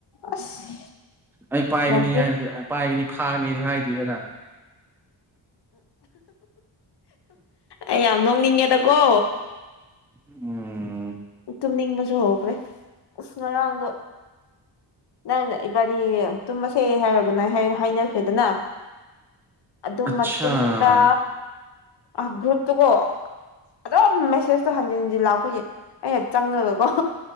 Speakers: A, on the left; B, in the centre.
A: ꯑꯁ
B: ꯑꯩ ꯄꯥꯏꯒꯅꯤ
A: ꯌꯥꯝ
B: ꯍꯥꯏ ꯑꯩ ꯄꯥꯏꯒꯅꯤ ꯐꯥꯒꯅꯤꯗꯤ ꯍꯥꯏꯗ‌ꯦꯗꯅ
A: ꯑꯩ ꯌꯥꯝ ꯅꯣꯛꯅꯤꯡꯉꯦꯗꯀꯣ
B: ꯎꯝ
A: ꯇꯨꯝꯅꯤꯡꯕꯁꯨ ꯍꯧꯈ꯭ꯔꯦ ꯎꯁ ꯉꯔꯥꯡꯗꯣ ꯅꯪ ꯏꯕꯥꯟꯅꯤ ꯇꯨꯝꯃꯁꯦ ꯍꯥꯏꯔꯒ ꯒꯨꯠꯅꯥꯠ ꯍꯥꯏ ꯍꯥꯏꯅꯈ꯭ꯔꯦꯗꯅ
B: <inaudible>
A: ꯑꯗꯨ
B: ꯑꯠꯆꯥ
A: ꯃꯇꯨꯡꯗ ꯑ ꯒ꯭ꯔꯨꯞꯇꯨꯒꯣ ꯑꯗꯨꯝ ꯃꯦꯁꯦꯁꯇꯣ ꯍꯟꯖꯤꯟ ꯍꯟꯖꯤꯟ ꯂꯥꯛꯄꯒꯤ ꯑꯩꯅ ꯆꯪꯉꯒꯀꯣ